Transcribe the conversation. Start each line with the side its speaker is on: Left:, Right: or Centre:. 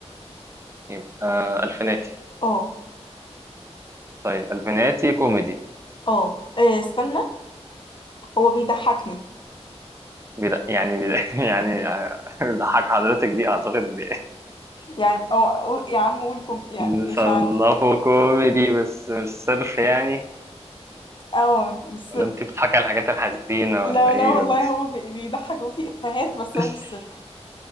Right: يبقى آه، الفيناتي
Left: اه
Right: طيب الفيناتي كوميدي
Left: اه إيه، استنى هو بيضحكني
Right: بلا يعني بلا <laughs> يعني ضحك حضرتك دي اعتقد <laughs>
Left: يعني أو أو- يا عم قول كم يعني
Right: نصنفه
Left: مش عارف
Right: كوميدي بس مش صرف يعني
Left: اه مش سر
Right: ولا انت بتضحكي على الحاجات الحزينة
Left: لا
Right: ولا
Left: لا
Right: ايه
Left: والله
Right: ولا
Left: هو بي- بيضحك وفي افيهات بس
Right: <laughs>
Left: هو مش سر